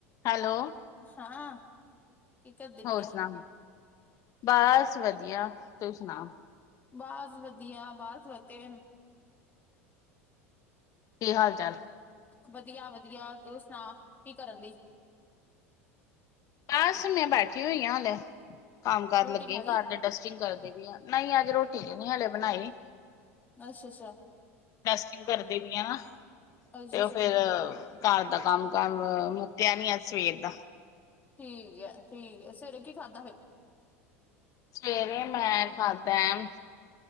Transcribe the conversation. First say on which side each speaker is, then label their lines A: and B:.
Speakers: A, on the left (about 50°); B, on the left (about 25°).
A: Hello!
B: ਹਾਂ ਕੀ ਕਰਦੀ ਪਈ
A: ਹੋਰ
B: ਹੈ
A: ਸੁਨਾ? ਬਸ ਵਧੀਆ। ਤੂਹੀ ਸੁਨਾਓ?
B: ਬਸ ਵਧੀਆ, ਬਾਹਰ ਖਲੋਤੇ ਏ
A: ਕੀ ਹਾਲ-ਚਾਲ?
B: ਵਧੀਆ- ਵਧੀਆ, ਤੂੰ ਸੁਣਾ ਕੀ ਕਰਨ ਦਈ।
A: ਬਸ ਮੈਂ ਬੈਠੀ ਹੋਈ ਆ ਹਲੇ, ਕੰਮ ਕਰਨ
B: ਰੋਟੀ
A: ਲੱਗੀ
B: ਖਾ
A: ਆਂ
B: ਲਈ
A: ਘਰ ਦੇ। ਡਸਟਿੰਗ ਕਰਦੀ ਪਈ ਆਂ, ਨਹੀਂ ਅੱਜ ਰੋਟੀ ਨੀ ਵੀ ਹਲੇ ਬਣਾਈ।
B: ਅੱਛਾ ਅੱਛਾ
A: ਡਸਟਿੰਗ ਕਰਦੀ ਪਈ ਆ ਨਾ,
B: ਅੱਛਾ
A: ਤੇ
B: ਅੱਛਾ
A: ਉਹ ਫੇਰ ਘਰ ਦਾ ਕੰਮ ਕਾਰ ਮੁੱਕਿਆ ਨੀ, ਅੱਜ ਸਵੇਰ ਦਾ।
B: ਠੀਕ ਐ- ਠੀਕ ਐ, ਸਵੇਰੇ ਕੀ ਖਾਧਾ ਫੇਰ।
A: ਸਵੇਰੇ ਮੈਂ ਖਾਧਾ ਐ